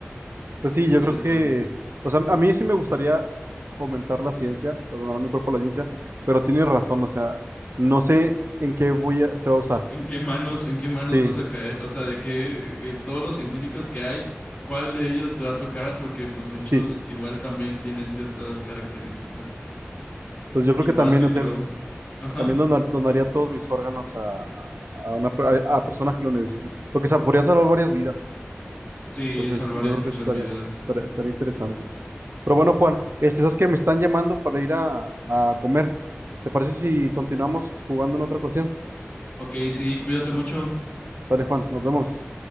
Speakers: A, on the right; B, on the left.
A: Pues sí,
B: No
A: yo creo
B: sé tú.
A: que, o sea, a mí sí me gustaría fomentar la ciencia, o sea, donar mi cuerpo a la ciencia, pero tienes razón, o sea, no sé en qué voy a, se va a usar.
B: ¿En qué manos, en qué manos
A: Sí,
B: vas a caer? O sea, de qué eh, todos los científicos que hay, ¿cuál de ellos te va a tocar? Porque pues
A: <laughs>
B: muchos
A: sí.
B: igual también tienen ciertas características.
A: Pues yo creo
B: Y
A: que
B: más
A: también,
B: si
A: o
B: tro-
A: sea,
B: <laughs> Ajá.
A: también donar- donaría todos mis órganos a, a, una per- a- a personas que lo necesiten, porque se podría salvar varias vidas.
B: Sí,
A: Entonces,
B: salvarías
A: yo creo
B: muchas
A: que eso estaría,
B: vidas.
A: estaría, estaría interesante. Pero bueno, Juan, este, sabes que me están llamando para ir a, a comer. ¿Te parece si continuamos jugando en otra ocasión?
B: Ok, sí, cuídate mucho.
A: Sale Juan, nos vemos.